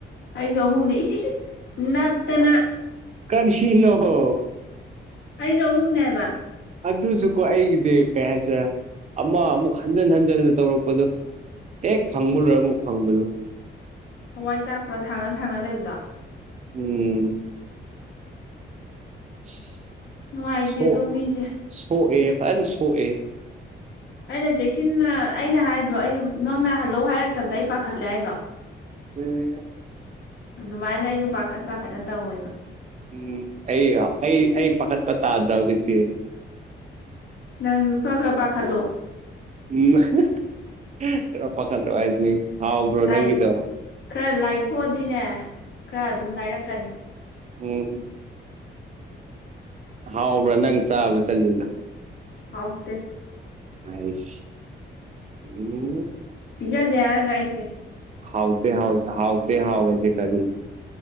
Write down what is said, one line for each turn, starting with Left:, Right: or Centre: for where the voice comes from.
Left: ꯑꯩꯁꯨ ꯑꯍꯨꯝꯅꯤ ꯏꯆ ꯅꯞꯇꯅ
Right: ꯀꯔꯤꯁꯤꯅꯍꯣ
Left: ꯑꯩꯁꯨ ꯑꯍꯨꯝꯅꯦ ꯍꯥꯏꯕ
Right: ꯑꯗꯨꯁꯨꯀꯣ ꯑꯩꯒꯤꯗꯤ ꯀꯩ ꯍꯥꯏꯁꯔꯦ ꯑꯃ ꯑꯃꯨꯛ ꯍꯟꯖꯟ ꯍꯟꯖꯤꯟꯅ ꯇꯧꯔꯛꯄꯗꯣ ꯑꯦ ꯐꯪꯕ ꯂꯣꯏꯔꯦ ꯑꯃꯨꯛ ꯐꯪꯕꯗꯨꯣ
Left: ꯊꯋꯥꯏ ꯆꯥꯛꯄꯔꯥ ꯊꯥꯡꯅ ꯊꯥꯡꯅ ꯂꯩꯕꯗꯣ
Right: ꯎꯝ <inaudible>
Left: ꯅꯨꯡꯉꯥꯏꯇꯦ
Right: ꯁꯣꯛ
Left: ꯗꯣ ꯃꯤꯁꯦ
Right: ꯁꯣꯛꯑꯦ ꯐꯖꯟ ꯁꯣꯛꯑꯦ
Left: ꯑꯩꯅ ꯆꯦꯛꯁꯤꯟꯅ ꯑꯩꯅ ꯍꯥꯏꯗ꯭ꯔꯣ ꯑꯩꯗ ꯅꯪꯅ ꯍꯜꯂꯧ ꯍꯥꯏꯔꯛꯇꯕꯗ ꯑꯩ ꯄꯥꯈꯠꯂꯦ ꯍꯥꯏꯗꯣ
Right: ꯍ
Left: ꯑꯗꯨꯃꯥꯏꯅ ꯑꯩꯁꯨ ꯄꯥꯈꯠ ꯄꯥꯈꯠꯅ ꯇꯧꯋꯦꯕ
Right: ꯎꯝ ꯑꯩ ꯑꯩ ꯑꯩ ꯄꯥꯈꯠꯄ ꯇꯥꯗ ꯍꯧꯖꯤꯛꯇꯤ
Left: ꯅꯪꯁꯨ ꯈꯔ ꯈꯔ ꯄꯥꯈꯠꯂꯣ
Right: ꯎꯝ ꯄꯈꯠ ꯍꯥꯏꯅꯤ ꯍꯥꯎꯕ꯭ꯔꯣ
Left: ꯂꯥꯏ
Right: ꯅꯪꯤꯗꯕ
Left: ꯈꯔ ꯂꯥꯏꯊꯣꯛꯑꯗꯤꯅꯦ ꯈꯔ ꯑꯗꯨꯝ ꯂꯥꯏꯔꯛꯀꯅꯤ
Right: ꯎꯝꯝ ꯍꯥꯎꯕ꯭ꯔꯥ ꯅꯪ ꯆꯥꯕ ꯆꯠꯂꯤꯗꯣ
Left: ꯍꯧꯠꯇ
Right: ꯑꯁ ꯎꯝ
Left: ꯄꯤꯖꯥꯗꯦ ꯍꯥꯏꯔꯒ ꯑꯩꯁꯦ
Right: ꯍꯥꯎꯇ‌ꯦ ꯍꯥꯎ ꯍꯥꯎꯇ‌ꯦ ꯍꯥꯋ‌ꯦꯁꯦ ꯀꯔꯤꯅ‌ꯣ